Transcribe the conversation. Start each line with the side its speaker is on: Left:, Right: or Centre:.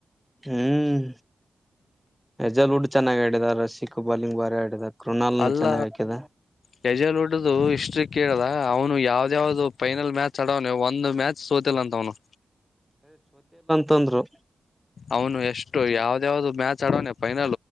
Centre: ಹ್ಮ್ ಯಜಲ್ ಉಡ್ ಚೆನ್ನಾಗ್ ಆಡಿದ ರಶಿ ಕ್ ಬಾಲಿಂಗ್ ಬಾರಿ ಆಡಿದ. ಕೃಣಾಲ್ನು
Left: ಅಲ್ಲ
Centre: ಚೆನ್ನಾಗ್ ಹಾಕಿದ
Left: ಗಜಲ್ ಉಡ್ಡದು ಇಷ್ಟ್ರಿ. ಕೇಳ್ದ ಅವ್ನು ಯಾವ್ದ ಯಾವ್ದು ಫೈನಲ್ ಮ್ಯಾಚ್ ಆಡವ್ನೆ ಒಂದ್ ಮ್ಯಾಚ್ ಸೋತಿಲ್ಲ ಅಂತೆ ಅವ್ನು.
Centre: ತಂದ್ರು.
Left: ಅವ್ನು ಎಷ್ಟು ಯಾವ್ದ ಯಾವ್ದು ಮ್ಯಾಚ್ ಚಾಡ್ ಆಡವ್ನೆ ಫೈನ್